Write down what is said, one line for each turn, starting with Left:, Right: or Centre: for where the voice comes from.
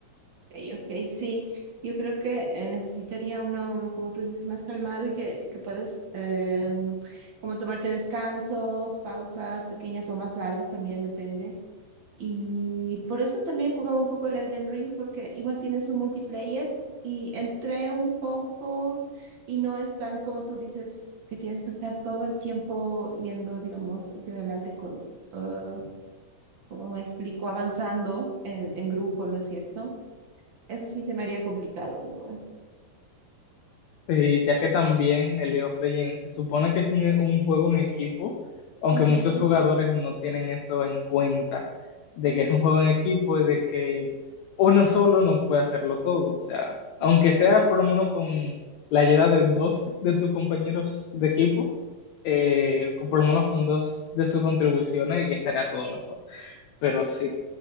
Right: Ok, ok, sí, yo creo que eh, necesitaría uno, como tú dices, más calmado y que, que puedas em, como tomarte descansos, pausas pequeñas o más largas también depende. Y por eso también jugaba un poco el Elden Ring porque igual tiene su multiplayer y entré un poco y no es tan como tú dices que tienes que estar todo el tiempo yendo, digamos, hacia adelante con, eh, como me explico, avanzando en, en grupo, ¿no es cierto? Eso sí se me haría complicado igual.
Left: Sí, ya que también el League of Legends se supone que es un, un juego en equipo, aunque
Right: Ujú,
Left: muchos jugadores no tienen eso en cuenta, de que es un juego en equipo y de que uno solo no puede hacerlo todo. O sea, aunque
Right: ujú.
Left: sea por lo menos con la ayuda de dos de tus compañeros de equipo, eh, con- por lo menos con dos de sus contribuciones, ya estaría todo mejor. Pero sí.